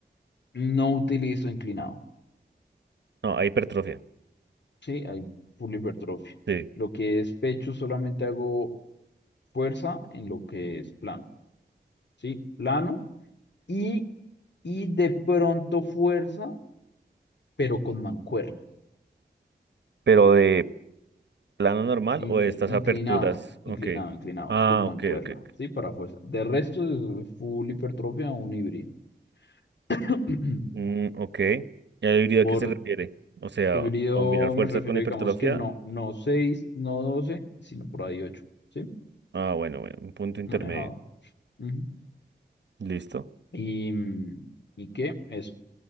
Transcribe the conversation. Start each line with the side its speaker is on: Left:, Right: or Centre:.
Left: no utilizo inclinado.
Right: No, a hipertrofia.
Left: Sí, hay full hipertrofia.
Right: Sí.
Left: Lo que es pecho solamente hago fuerza en lo que es plano. Sí, plano y, y de pronto fuerza, pero con mancuerna.
Right: Pero de plano normal
Left: in-
Right: o de
Left: i-
Right: estas aperturas.
Left: inclinado,
Right: Ok.
Left: inclinado, inclinado,
Right: Ah,
Left: con mancuerna,
Right: ok, ok. ok.
Left: ¿sí? Para fuerza. De resto, es full hipertrofia o un híbrido. <clears throat>
Right: Mm, ok. ¿Y la híbrido
Left: Por
Right: a qué se refiere? O sea,
Left: híbrido
Right: combinar fuerza
Left: me refiero,
Right: con hipertrofia.
Left: digamos que no, no 6, no 12, sino por ahí 8, ¿sí?
Right: Ah, bueno, bueno, un punto intermedio.
Left: Manejado. Ujú.
Right: Listo.
Left: Y, mm, ¿y qué? Eso.